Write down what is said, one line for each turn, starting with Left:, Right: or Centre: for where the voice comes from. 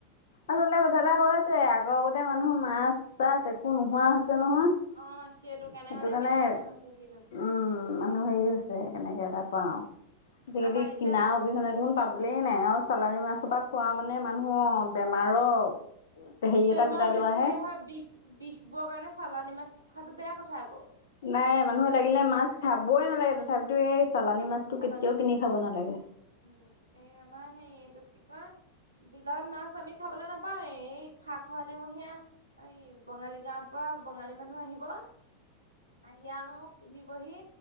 Left: আচলতে কথা এটা হোৱা আছে আগৰ আগতে মানুহৰ মাছ-চাছ একো নোহোৱা হৈছে নহয়।
Right: অ
Left: সেইটো
Right: মানে
Left: কাৰণে
Right: বেছি মানুহবোৰ ভিৰ হৈছে
Left: উম মানুহ হেৰি হৈছে কেনেকে। তাৰ পাও আজিকালি
Right: আমাৰ এতিয়া
Left: কিনাৰ অবিহনে। পাবলেই নাই আৰু চালানী মাছৰ পৰা খোৱা মানে মানুহ বেমাৰৰ। হেৰি
Right: বেমাৰ
Left: এটা গোটাই
Right: বেছিহে
Left: লোৱাহে
Right: হয়। বিষ বিষ বোৰ কাৰণে চালানী মাছ খোৱাটো বেয়া কথা আকৌ।
Left: নাই মানুহে লাগিলে মাছ খাবই নালাগে তথাপিতো এই। চালানী মাছটো
Right: চালানী
Left: কেতিয়াও
Right: কাছ
Left: কিনি
Right: কনা
Left: খাব নালাগে
Right: উম এই আমাৰ সে এইটো কি কয়। বিলাত মাছ আমি খাবলৈ নাপাওঁৱে এই খাক খৰালিমীয়া। এই বঙালী গাঁৱৰ পৰা বঙালী মানুহ আহিব। আহিও সুধিবহি